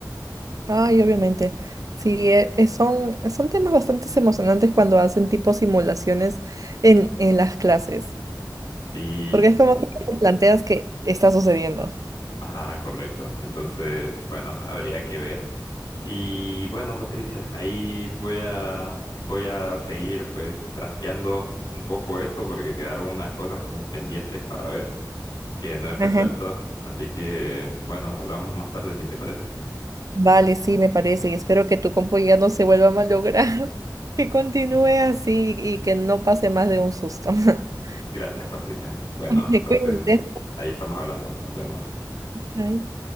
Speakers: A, on the right; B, on the left.
A: Ay, obviamente. Sí, e- e- son, son temas bastante emocionantes cuando hacen tipo simulaciones en, en las clases,
B: Sí,
A: porque es como que no te planteas que está sucediendo.
B: ajá, correcto. Entonces, bueno, habría que ver. Y bueno, Patricia, ahí voy a, voy a seguir pues trasteando un poco esto porque quedaron unas cosas como pendientes para ver que no he resuelto.
A: Ajá.
B: Así que, bueno, hablamos más tarde si te parece.
A: Vale, sí, me parece, y espero que tu compu ya no se vuelva a malograr, <laughs> que continúe así y que no pase más de un susto. <laughs>
B: Gracias, Patricia. Bueno,
A: <laughs>
B: entonces,
A: Vale, cuídate.
B: ahí estamos hablando. Nos vemos.
A: Bye.